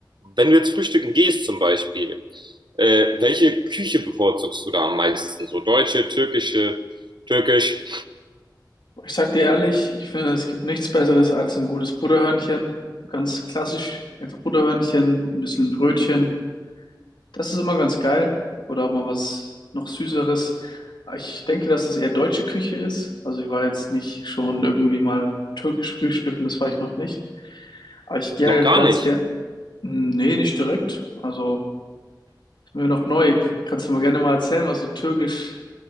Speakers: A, on the right; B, on the left.
A: Wenn du jetzt frühstücken gehst zum Beispiel, äh, welche Küche bevorzugst du da am meisten? So deutsche, türkische, türkisch?
B: Ich sag dir ehrlich, ich finde, es gibt nichts Besseres als ein gutes Butterhörnchen. So Ganz klassisch, einfach Butterhörnchen, ein bisschen Brötchen. Das ist immer ganz geil. Oder auch mal was noch Süßeres. Ich denke, dass es eher deutsche Küche ist. Also ich war jetzt nicht schon irgendwie mal türkisch frühstücken, das war ich noch nicht. Aber ich gehe
A: Noch
B: halt
A: gar
B: ganz
A: nicht.
B: gern. Nee, nicht direkt. Also ist mir noch neu. Kannst du mir gerne mal erzählen, was so türkisch